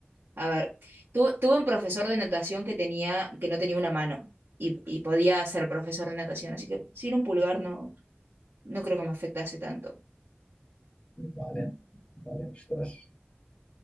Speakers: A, on the right; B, on the left.
A: A ver, tu- tuve un profesor de natación que tenía, que no tenía una mano y, y podía ser profesor de natación, así que sin un pulgar no, no creo que me afectase tanto.
B: Vale, vale, ostras.